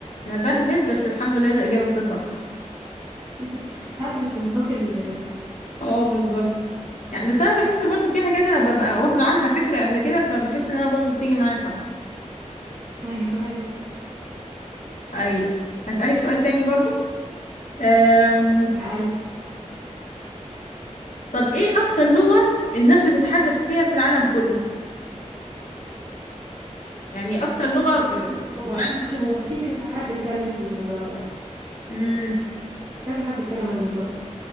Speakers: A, on the left (about 80°); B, on the right (about 25°).
A: أنا بهبت بس الحمد لله الإجابة بتطلع صح
B: <laughs> هابدأ في نطاق ال
A: اه بالظبط يعني بس أنا بحس برضو في حاجات أنا ببقى واخدة عنها فكرة قبل كده فبحس إنها برضو بتيجي معايا صح
B: <laughs> أيوه، أيوه،
A: أي هسألك سؤال تاني برضو أم...
B: اسألي.
A: طب إيه أكتر لغة الناس بتتحدث فيها في العالم كله؟ يعني أكتر لغة
B: بُصّي، هو
A: العالم كله
B: هو في كذا حد اتكلم في الموضوع ده،
A: امم
B: كذا حد اتكلم عن الموضوع ده،